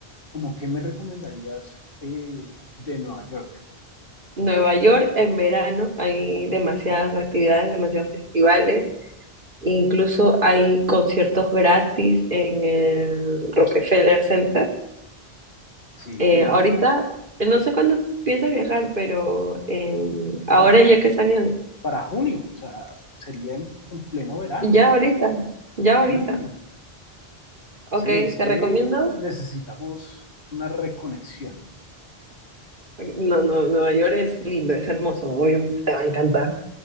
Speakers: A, on the left (about 60°); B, on the right (about 50°).
A: ¿Cómo qué me recomendarías eh, de Nueva York?
B: Nueva York en verano hay demasiadas actividades, demasiados festivales Incluso hay conciertos gratis en el Rockefeller Center.
A: Sí,
B: Eh, ahorita, no sé cuándo piensas viajar, pero em, ahora
A: para, ju-
B: ya que están en...
A: para junio, o sea, sería en, en pleno verano.
B: Ya ahorita, ya ahorita.
A: Sí,
B: Ok,
A: sí, es
B: te
A: que
B: recomiendo.
A: necesitamos una reconexión.
B: No, no, Nueva York es lindo, es hermoso, obviamente te va a encantar.